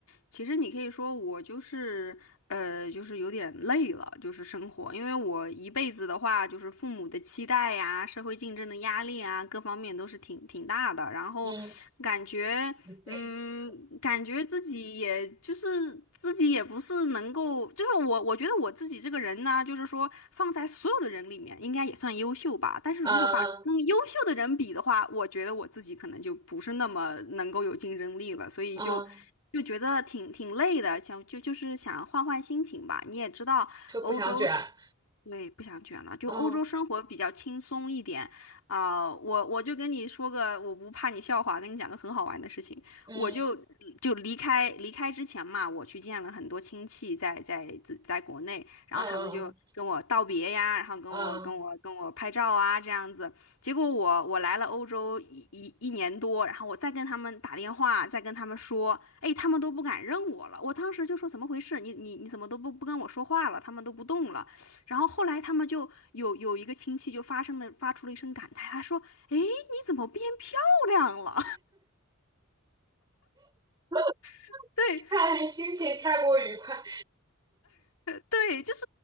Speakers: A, on the left; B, on the right.
A: 其实你可以说我就是呃，就是有点累了，就是生活，因为我一辈子的话，就是父母的期待呀、社会竞争的压力啊，各方面都是挺挺大的，然后感觉。
B: 嗯，一辈子。
A: 嗯，感觉自己也就是自己也不是能够，就是我我觉得我自己这个人呢，就是说放在所有的人里面，应该也算优秀吧。但是如果把跟优秀的人比的话，
B: 嗯嗯
A: 我觉得我自己可能就不是那么能够有竞争力了，所以就就觉得挺挺累的，
B: 嗯，
A: 想就就是想换换心情吧。你也知道，
B: 就不想卷。
A: 欧洲是对，不想卷了，就欧洲生活比较轻松一点啊、
B: 嗯
A: 我我就跟你说个，我不怕你笑话，跟你讲个很好玩的事情。
B: 嗯
A: 我就就离开离开之前嘛，我去见了很多亲戚在，在在在国内，然后他们就跟我道别呀，
B: 嗯
A: 然后跟我跟我跟我拍照啊这样子。
B: 嗯嗯。
A: 结果我我来了欧洲一一一年多，然后我再跟他们打电话，再跟他们说，哎，他们都不敢认我了。我当时就说怎么回事？你你你怎么都不不跟我说话了？他们都不动了。然后后来他们就有有一个亲戚就发生了发出了一声感叹，他说：“哎，你怎么变漂亮了？”
B: 嗯 <laughs>
A: <laughs> 对
B: <laughs> 看来心情太过愉快，
A: 对，就是